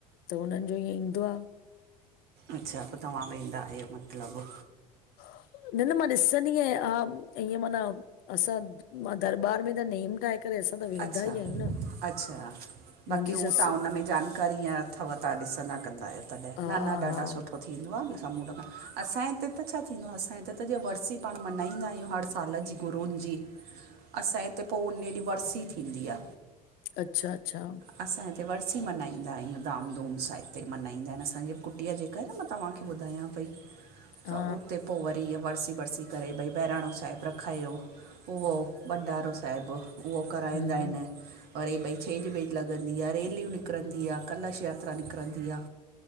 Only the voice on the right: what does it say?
अच्छा पोइ तव्हां वेंदा आहियो मतिलब
अच्छा,
अच्छा बाक़ी
उहो
तव्हां हुन में जानकारी हीअं अथव तव्हां ॾिसंदा कंदा आहियो तॾहिं,
न न ॾाढा
सुठो थींदो आ न सामूंड खां, असांजे हिते त छा थींदो आहे असांजे हिते त जीअं वरसी पाण मल्हाईंदा आहियूं हर साल जी गुरूनि जी, असांजे त पोइ उन ॾींहुं वरसी थींदी आ
असां हिते वरसी मल्हाईंदा आहियूं धाम धूम सां हिते मल्हाईंदा आहिनि, असांजे कुटीआ ते <unintelligible> मां तव्हांखे ॿुधायां पई
त उते पोइ वरी इहा वरसी बरसी करे भई बहिराणो साहिबु रखायो, उहो भंडारो साहिबु उहो कराईंदा
आहिनि, वरी भई छेॼ ॿेज लॻंदी आ, रेलियूं निकिरंदी आ, कलश यात्रा निकिरंदी आ।